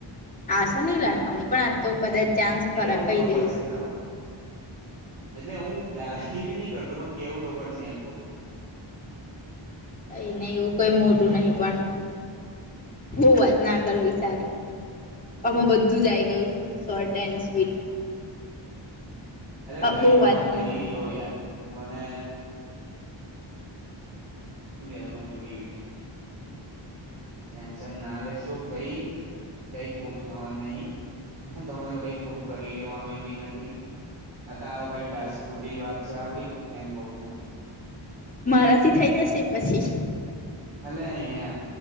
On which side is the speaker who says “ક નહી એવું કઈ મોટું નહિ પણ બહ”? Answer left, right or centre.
Left